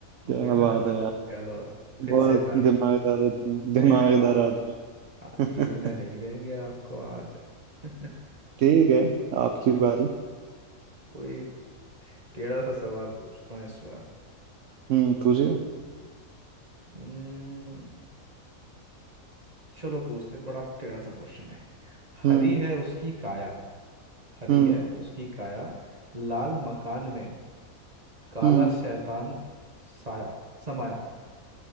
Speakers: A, on the right (about 65°); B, on the right (about 30°).
A: क्या
B: हो गया ना
A: बात है यार
B: चलो फिर
A: बहुत
B: से टाई
A: दिमागदार आदमी
B: ए
A: दिमागदार
B: आ,
A: आदमी
B: आ,
A: <laughs>
B: जीतने नहीं देंगे आपको आज <laughs>
A: ठीक है आपकी बारी
B: कोई टेढ़ा सा सवाल पूछता हूँ इस बार
A: हम्म तुझे
B: हम्म, चलो पूछते हैं बड़ा टेढ़ा सा क्वेश्चन है
A: हम्म
B: हरी है उसकी काया हरी
A: हम्म
B: है उसकी काया लाल मकान में काला
A: हम्म
B: शैतान साया समाया